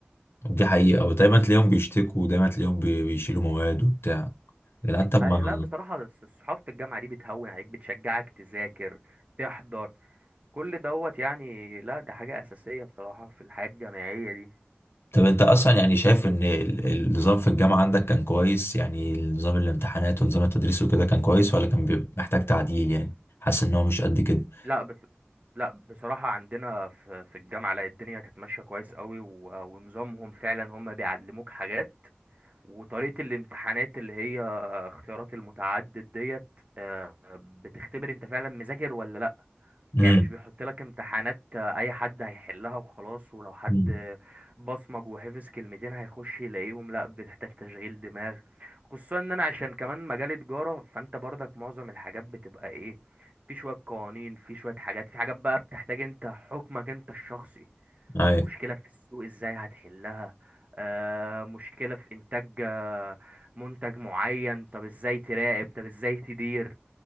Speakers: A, on the left; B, on the right.
A: دي حقيقه ودايما تلاقيهم بيشتكوا ودايما تلاقيهم بي- بيشيلوا مواد وبتاع يا جدعان طب
B: ايوه
A: ما
B: لا بصراحة الص- صحافة الجامعة دي بتهون عليك بتشجعك تذاكر تحضر كل دوت يعني لا ده حاجة أساسية بصراحة في الحياة الجامعية دي
A: طب انت اصلا يعني شايف ان ال- النظام في الجامعة عندك كان كويس يعني نظام الامتحانات ونظام التدريس وكده كان كويس ولا كان بيبقى محتاج تعديل يعني حاسس ان هو مش قد كده
B: لا بس لا بصراحة عندنا في في الجامعة لا الدنيا كانت ماشية كويس قوي و- ونظامهم فعلا هم بيعلموك حاجات وطريقة الامتحانات اللي هي اختيارات المتعدد ديت آه، بتختبر انت فعلا مذاكر ولا
A: امم
B: يعني مش بيحط لك امتحانات آه، اي حد هيحلها وخلاص ولو حد
A: امم.
B: آه، بصمج وحفظ كلمتين هيخش يلاقيهم لا بتحتاج تشغيل دماغ خصوصا ان انا عشان كمان مجال تجارة فانت برضك معظم الحاجات بتبقى ايه في شوية قوانين في شوية حاجات في حاجات بقى بتحتاج انت حكمك انت الشخصي
A: ايوه
B: مشكلة في السوق ازاي هتحلها آه مشكلة في انتاج آه، منتج معين طب ازاي تراقب طب ازاي تدير